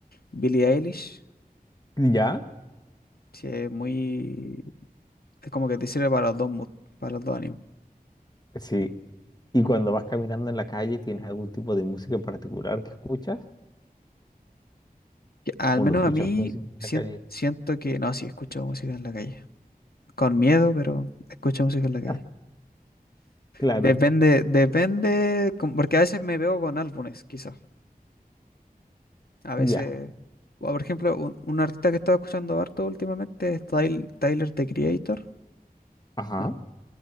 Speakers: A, on the left (about 80°); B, on the left (about 25°).
A: Billie Eilish.
B: ¿Ya?
A: Sí, es muy... Es como que te sirve para los dos moods, para los dos ánimos.
B: Sí. ¿Y cuando vas caminando en la calle, tienes algún tipo de música en particular que escuchas?
A: Que al
B: O
A: menos
B: no escuchas
A: a mí
B: música en
A: sien-
B: la calle.
A: siento que... No, sí, escucho música en la calle. Con miedo, pero escucho música en la calle.
B: Ah, claro,
A: Depende, depende... com- Porque a veces me veo con álbumes, quizás. A veces...
B: ya.
A: o, por ejemplo, un, un artista que estaba escuchando harto últimamente es Tyl- Tyler, the Creator.
B: Ajá.
A: No,